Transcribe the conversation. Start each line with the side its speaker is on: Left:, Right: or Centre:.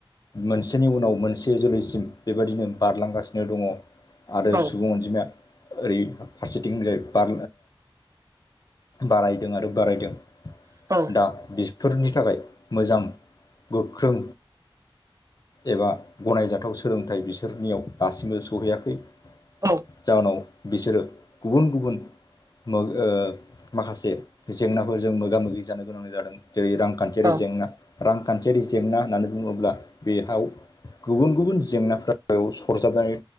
Left: मोनसेनि उनाव मोनसे जोलैसिम बेबायदिनो बारलांगासिनो दङ आरो
Right: औ
Left: सुबुं अनजिमाया ओरै फारसे थिंजाय ओ बा बारायदों आरो बारायदों
Right: औ
Left: दा बिफोरनि थाखाय मोजां गोख्रों एबा गनायजाथाव सोलोंथाइ बिसोरनियाव दासिमबो सहैयाखै
Right: औ
Left: जाहोनाव बिसोरो गुबुन गुबुन मो ओ माखासे जेंनाफोरजों मोगा मोगि जानो गोनां जादों जेरै रांखान थियारि
Right: औ
Left: जेंना रांखान्थियारि जेंना
Right: नोंथां औ
Left: होननानै बुङोब्ला बेहाव गुबुन गुबुन जेंनाफोराव सरजाबनानै